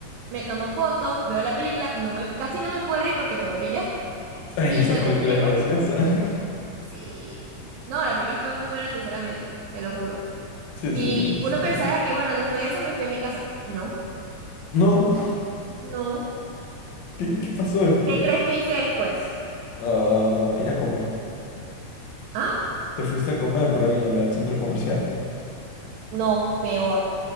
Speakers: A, on the right; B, on the left.
A: me tomo fotos, veo la película, no me, casi no me puedo reír porque me dolía.
B: Ay,
A: Y
B: esa
A: luego
B: película
A: llego.
B: es graciosa. <laughs>
A: Sí. No, la película fue muy buena, sinceramente, te lo juro.
B: Sí,
A: Y
B: sí, la he visto
A: uno
B: también.
A: pensará que, bueno, después de eso me fui a mi casa. No.
B: No,
A: No,
B: ¿qué, qué pasó después?
A: ¿Qué crees que hice después?
B: Ah, ir a comer.
A: ¿Ah?
B: Te fuiste a comer por ahí en el centro comercial.
A: no, peor.